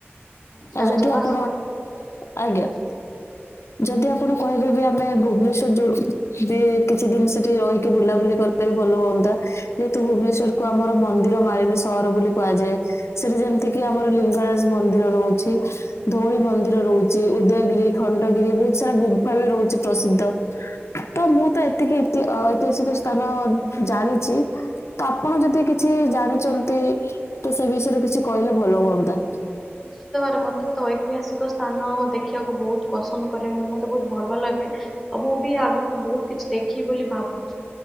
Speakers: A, in the centre; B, on the left (about 80°).
A: ଆଚ୍ଛା
B: ଆଉ
A: ଆଚ୍ଛା।
B: ଯଦି
A: ବାସ୍
B: ଆପଣ
A: ସୁନ୍ଦର
B: ଆଜ୍ଞା
A: ଲାଗୁଚି।
B: ଯଦି ଆପଣ କହିବେ ବି ଆମେ ଭୁବନେଶ୍ଵର ଯୋଉ ଡିଏ କିଛି ଦିନ ସେଠି ରହିକି ବୁଲାବୁଲି କରି ପାରୁ ଭଲ ହୁଅନ୍ତା, ଯେହେତୁ ଭୁବନେଶ୍ୱରକୁ ଆମର ମନ୍ଦିର ମାଳିନୀ ସହ ହର ବୋଲି କୁହାଯାଏ ସେଠି ଯେମିତିକି ଆମର ଲିଙ୍ଗ ମନ୍ଦିର ରହୁଚି, ଧଉଳି ମନ୍ଦିର ରହୁଚି, ଉଦୟଗିରି, ଖଣ୍ଡଗିରି ବହୁତ ସାରା ଗୁମ୍ଫା ବି ରହୁଚି ପ୍ରସିଦ୍ଧ ତ ମୁଁ ତ ଏତେ ତିକି ତି ଐତିହାସିକ ସ୍ଥାନ ଜାଣିଚି ତ ଆପଣ ଯଦି କିଛି ଜାଣିଚନ୍ତି ତ ସେ ବିଷୟରେ କିଛି କହିଲେ ଭଲ ହୁଅନ୍ତା।
A: ନିଶ୍ଚିତ ଭାବରେ ମତେ ତ ଐତିହାସିକ ସ୍ଥାନ ଦେଖ ଖିବାକୁ ବହୁତ ପସନ୍ଦ କରେ ମୁଁ ମତେ ବହୁତ ଭଲ ଲାଗେ ଆଉ ମୁଁ ବି ଆଗକୁ ବହୁତ କିଛି ଦେଖିବି ବୋଲି ଭାବ ବୁଚି